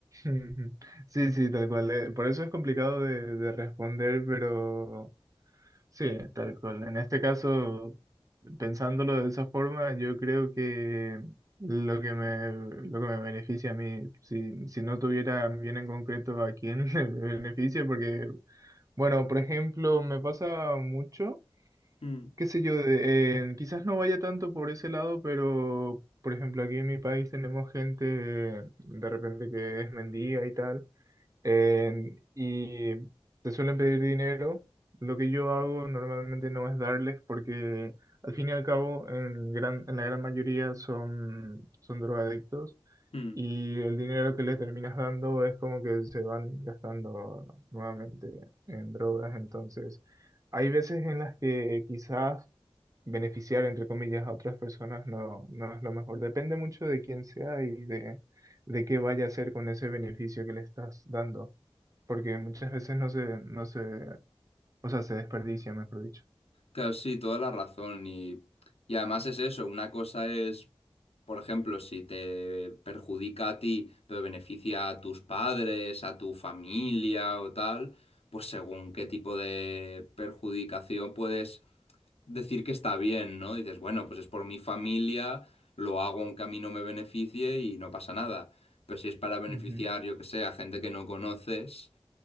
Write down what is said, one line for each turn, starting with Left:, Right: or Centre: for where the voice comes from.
Right: Ujú. Sí, sí, tal cual. eh, Por eso es complicado de, de responder, pero sí, tal cual. En este caso, pensándolo de esa forma, yo creo que lo que me, lo que me beneficia a mí, si, si no tuviera bien en concreto a quién <laughs> le beneficia, porque, bueno, por ejemplo, me pasa mucho,
Left: Mm,
Right: qué sé yo, de- eh, quizás no vaya tanto por ese lado, pero, por ejemplo, aquí en mi país tenemos gente de repente que es mendiga y tal. Eh, y te suelen pedir dinero. Lo que yo hago normalmente no es darles porque al fin y al cabo en gran, en la gran mayoría son, son drogadictos
Left: mm.
Right: y el dinero que les terminas dando es como que se van gastando nuevamente en drogas. Entonces, hay veces en las que quizás beneficiar, entre comillas, a otras personas no, no es lo mejor. Depende mucho de quién sea y de, de qué vaya a hacer con ese beneficio que le estás dando porque muchas veces no se, no se, o sea, se desperdicia, mejor dicho.
Left: Claro, sí, toda la razón. Y, y además es eso, una cosa es, por ejemplo, si te perjudica a ti, pero beneficia a tus padres, a tu familia o tal, pues según qué tipo de perjudicación puedes decir que está bien, ¿no? Dices, bueno, pues es por mi familia, lo hago aunque a mí no me beneficie y no pasa nada. Pero si es para beneficiar,
Right: Ujú,
Left: yo que sé, a gente que no conoces.